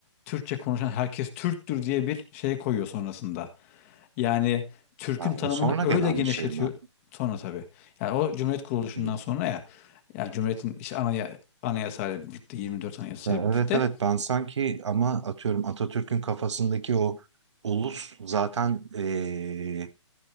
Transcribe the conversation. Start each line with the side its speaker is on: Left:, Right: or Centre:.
Left: Türkçe konuşan herkes Türktür diye bir şey koyuyor sonrasında. Yani Türk'ün
Right: A,
Left: tanımını
Right: o sonra
Left: öyle
Right: gelen
Left: genişletiyor
Right: bir şey mi?
Left: sonra tabii. Yani o Cumhuriyet kuruluşundan
Right: Hıı.
Left: sonra ya yani Cumhuriyet'in işte anaya, anayasayla birlikte 24 anayasayla
Right: Ya
Left: birlikte
Right: Evet evet ben sanki ama atıyorum Atatürk'ün kafasındaki o ulus zaten eee,